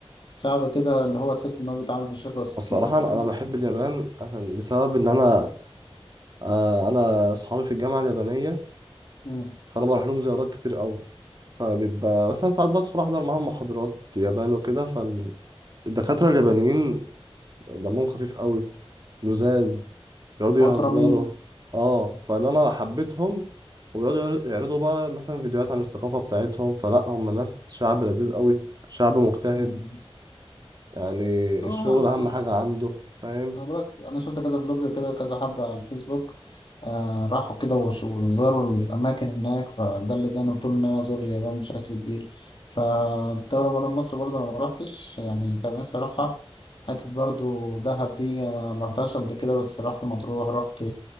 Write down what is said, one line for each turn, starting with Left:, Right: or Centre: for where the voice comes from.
Left: شعب كده اللي هو تحس إن هو بيتعامل بالشوكة والسكينة
Right: الصراحة
Left: فاهم؟
Right: أنا أنا بحب اليابان عشان بسبب إن أنا آه أنا أصحابي في الجامعة اليابانية
Left: مم.
Right: فأنا بروح لهم زيارات كتير قوي فبيبقى مثلا ساعات بدخل أحضر معاهم محاضرات يابان وكده فالدكاترة اليابانيين دمهم خفيف قوي لزاز بيقعدوا
Left: محترمين
Right: يهزروا اه فاللي انا حبيتهم وبيقعدوا يعر- يعرضوا بقى مثلا فيديوهات عن الثقافة بتاعتهم فلا هم ناس شعب لذيذ قوي شعب مجتهد
Left: مم.
Right: يعني
Left: آه
Right: الشغل اهم حاجة عنده فاهم
Left: انا بقولك انا شفت كذا فلوج كده كذا حد على الفيسبوك آه راحوا كده وش- وزاروا الاماكن هناك فده اللي اداني فضول ان انا ازور اليابان بشكل كبير فالدوله بره مصر برضه انا ما روحتش يعني كان نفسي اروحها حتة برضه دهب دي انا ما رحتهاش قبل كده بس رحت مطروح رحت